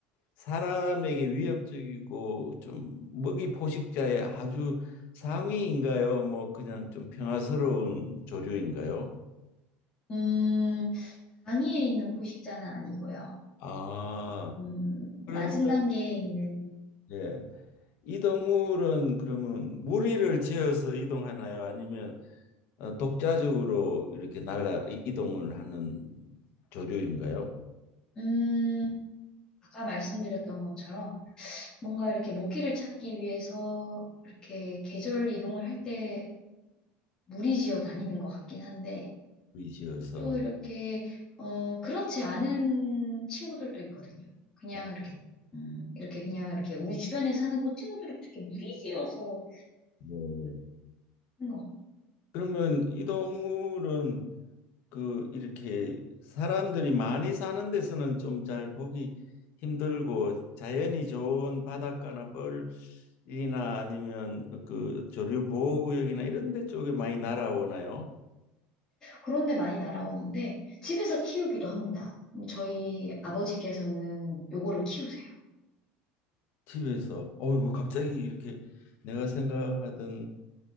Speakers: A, on the left (about 45°); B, on the left (about 15°).
A: 사람에게 위협적이고 좀 먹이 포식자의 아주 상위인가요? 뭐 그냥 좀 평화스러운 조류인가요?
B: 음, 당위에 있는 포식자는 아니고요.
A: 아,
B: 음,
A: 그러면
B: 낮은 단계에 있는,
A: 예. 이 동물은 그러면 무리를 지어서 이동하나요? 아니면 어, 독자적으로 이렇게 날라 이- 이동을 하는 조류인가요?
B: 음, 아까 말씀드렸던 것처럼 뭔가 이렇게 먹이를 찾기 위해서 이렇게 계절 이동을 할 때 무리지어 다니는 것 같긴 한데
A: 무리 지어서.
B: 또 이렇게, 어, 그렇지 않은 친구들도 있거든요. 그냥
A: 어,
B: 이렇게, 음, 이렇게 그냥 이렇게 우리 주변에 사는 그 친구들은 그렇게 무리지어서
A: 네.
B: 하는 것
A: 그러면 이 동물은 그 이렇게 사람들이 많이 사는 데서는 좀 잘 보기 힘들고 자연이 좋은 바닷가나 뻘이나 아니면 그 조류 보호구역이나 이런 데 쪽에 많이 날아오나요?
B: 그런 데 많이 날아오는데 집에서 키우기도 합니다. 음, 저희 아버지께서는 요거를 키우세요.
A: 집에서 어이구 갑자기 이렇게 내가 생각하던